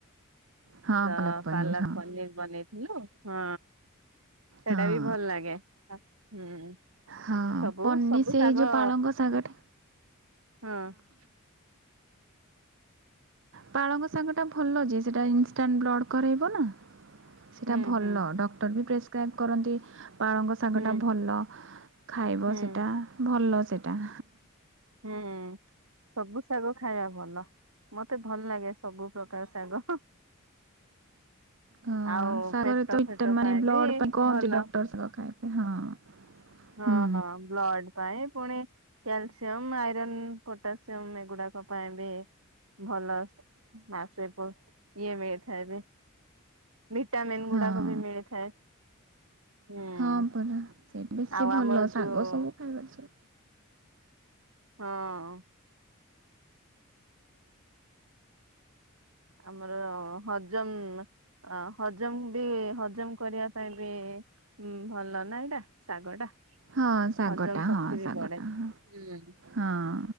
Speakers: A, on the right (about 60°); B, on the right (about 80°).
A: ହଁ
B: ତ
A: ପାଲକ୍ ପନିର୍
B: ପାଲକ
A: ହଁ
B: ପନିର ବନେଇ ହଁ ସେଟା
A: ହଁ
B: ବି ଭଲ ଲାଗେ ହୁଁ।
A: ହଁ
B: ସବୁ
A: ପନିର୍
B: ସବୁ
A: ସେଇ
B: ଶାଗ
A: ଯୋଉ ପାଳଙ୍ଗ ଶାଗଟା
B: ହଁ।
A: ପାଳଙ୍ଗ ଶାଗଟା ଭଲ ଯେ ସେଇଟା ଇନଷ୍ଟାଣ୍ଟ ବ୍ଲଡ଼୍ କରେଇବ ନା। ସେଇଟା
B: ହୁଁ
A: ଭଲ
B: ହୁଁ
A: ଡକ୍ଟର ବି ପ୍ରେସ୍କ୍ରାଇବ୍ କରନ୍ତି। ପାଳଙ୍ଗ ଶାଗଟା
B: ହୁଁ
A: ଭଲ ଖାଇବ
B: ହୁଁ
A: ସେଇଟା ଭଲ ସେଇଟା।
B: ହୁଁ ସବୁ ଶାଗ ଖାଇବା ଭଲ ମତେ ଭଲ ଲାଗେ। ସବୁ ପ୍ରକାର ଶାଗ ହୁଁ।
A: ହଁ
B: ଆଉ
A: ଶାଗରେ
B: ପେଟ ଫେଟ
A: ମାନେ
B: ପାଇଁ
A: ବ୍ଲଡ
B: ବି
A: ପାଇଁ କହନ୍ତି
B: ଭଲ
A: ଡକ୍ଟର ଶାଗ ଖାଇବା ପାଇଁ ହଁ।
B: ହଁ
A: ହୁଁ
B: ବ୍ଲଡ଼ ପାଇଁ ପୁଣି କ୍ୟାଲସିୟମ ଆଇରନ୍ ପଟାସିୟମ ଏଗୁଡାକ ପାଇଁ ବି ଭଲ ମାସେ ବ ଇଏ ମିଳିଥାଏ ବି ଭିଟାମିନ୍ ଗୁଡାକ
A: ହଁ
B: ବି ମିଳିଥାଏ ହୁଁ
A: ହଁ ପରା ସେଇଠି ବେଶୀ
B: ଆଉ
A: ଭଲ
B: ଆମର
A: ଶାଗ
B: ଯୋଉ
A: ସବୁ ଖାଇବାର ଅଛି
B: ହଁ ଆମର ହଜମ୍ ଅ ହଜମ୍ ବି ହଜମ କରିବା ପାଇଁ ବି ହୁଁ ଭଲ ନା ଏଇଟା ଶାଗ ଟା
A: ହଁ ଶାଗଟା
B: ହଜମ ଶକ୍ତି
A: ହଁ
B: ବି
A: ଶାଗଟା
B: ବଢେ ହୁଁ
A: ହଁ ହଁ